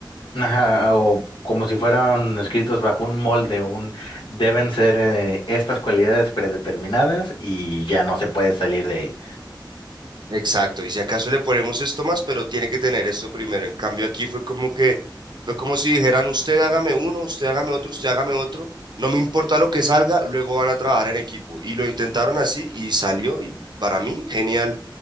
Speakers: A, on the left (about 80°); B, on the right (about 60°).
A: Ajá, o como si fueran escritos bajo un molde, un deben ser eh, estas cualidades predeterminadas y ya no se puede salir de ahí.
B: Exacto, y si acaso le ponemos esto más, pero tiene que tener esto primero. En cambio, aquí fue como que, fue como si dijeran, usted hágame uno, usted hágame otro, usted hágame otro, no me importa lo que salga, luego van a trabajar en equipo. Y lo intentaron así y salió, y para mí, genial.